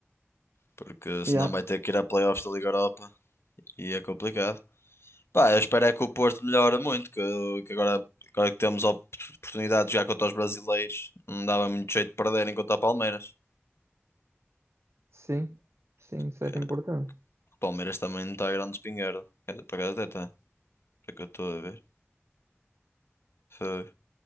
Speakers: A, on the left; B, on the right.
A: Porque senão
B: Yeah.
A: vai ter que ir a playoffs da Liga Europa e é complicado. Pá, eu espero é que o Porto melhore muito, que, que agora, agora que temos a op- oportunidade de jogar contra os brasileiros, não dava muito jeito de perderem contra o Palmeiras.
B: Sim, sim, isso
A: Que
B: era importante.
A: o Palmeiras também não está grande espingarda. Quer dizer, por acaso até está, é que eu estou a ver. Foi.